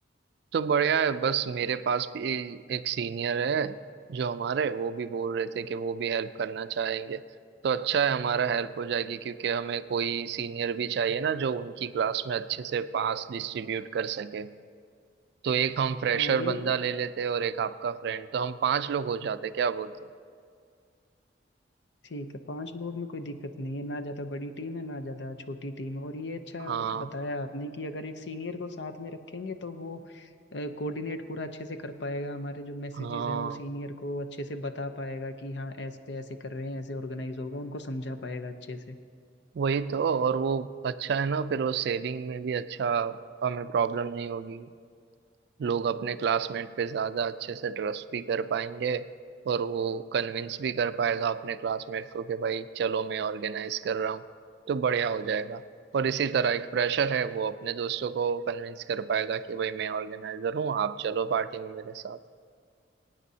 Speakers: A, on the right; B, on the left.
A: तो बढ़िया है बस मेरे पास भी एक सीनियर है जो हमारे वो भी बोल रहे थे कि वो भी हेल्प करना चाहेंगे तो अच्छा है हमारा हेल्प हो जाएगी क्योंकि हमें कोई सीनियर भी चाहिए ना जो उनकी क्लास में अच्छे से पास डिस्ट्रीब्यूट कर सके तो एक हम फ्रेशर
B: हाँ ये
A: बंदा ले लेते और एक आपका फ्रेंड तो हम पांच लोग हो जाते क्या बोलते हो
B: ठीक है पांच लोग में कोई दिक्कत नहीं है ना ज्यादा बड़ी टीम है ना ज्यादा छोटी टीम है और ये अच्छा
A: हाँ
B: बताया आपने कि अगर एक सीनियर को साथ में रखेंगे तो वो कोऑर्डिनेट पूरा अच्छे से कर पाएगा हमारे जो मैसेजेस
A: हाँ
B: हैं वो सीनियर को अच्छे से बता पाएगा कि हाँ ऐसे ऐसे कर रहे हैं ऐसे ऑर्गेनाइज होगा उनको समझा पाएगा अच्छे से
A: वही तो और वो अच्छा है ना फिर वो सेविंग में भी अच्छा हमें प्रॉब्लम नहीं होगी लोग अपने क्लासमेट पे ज्यादा अच्छे से ट्रस्ट भी कर पाएंगे और वो कन्विंस भी कर पाएगा अपने क्लासमेट को कि भाई चलो मैं ऑर्गेनाइज कर रहा हूँ तो बढ़िया हो जाएगा और इसी तरह एक प्रेशर है वो अपने दोस्तों को कन्विंस कर पाएगा कि भाई मैं ऑर्गेनाइजर हूँ आप चलो पार्टी में मेरे साथ